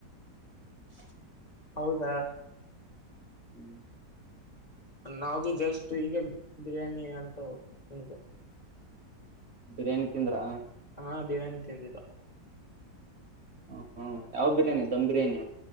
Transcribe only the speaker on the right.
<inaudible> <unintelligible>
<inaudible>
ಬಿರಿಯಾನಿ ತಿಂದ್ರಾ
ಹ ಹ್ಮ್ ಯಾವ ಬಿರಿಯಾನಿ ದಮ್ ಬಿರಿಯಾನಿ